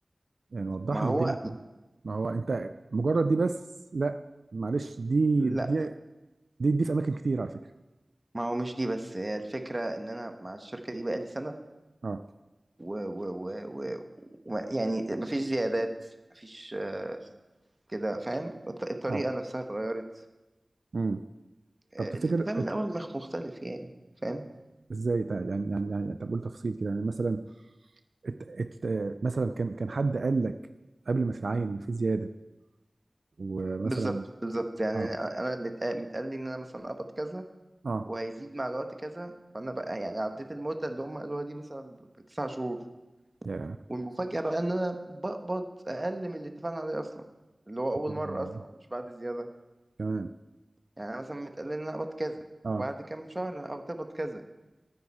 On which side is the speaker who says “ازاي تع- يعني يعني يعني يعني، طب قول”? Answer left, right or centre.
Right